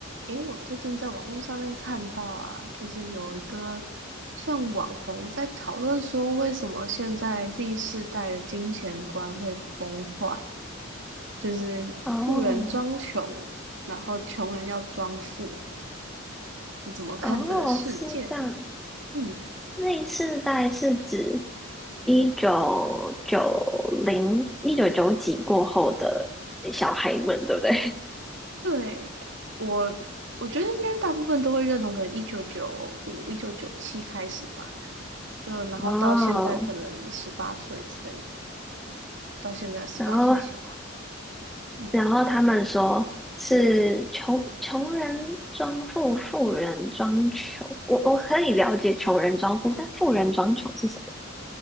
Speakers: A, on the right; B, in the centre.
A: 诶，我最近在网络上面看到啊，就是有一个算网红在讨论说，为什么现在 Z 世代的金钱观会崩坏，就是富人装穷，
B: 哦
A: 然后穷人要装富。你怎么看这个事件？
B: 哦，是这样。
A: 嗯，
B: 那世代是指一九九零、一九九几过后的小孩们，对不对？
A: 对，我我觉得应该大部分都会认同，可能一九九五、一九九七开始吧，就然后到现在可能十八岁之类的，
B: <laughs> 哦，
A: 到现在十八岁小孩。
B: 然后
A: 嗯
B: 然后他们说是穷穷人装富，富人装穷。我我可以了解穷人装富，但富人装穷是什么意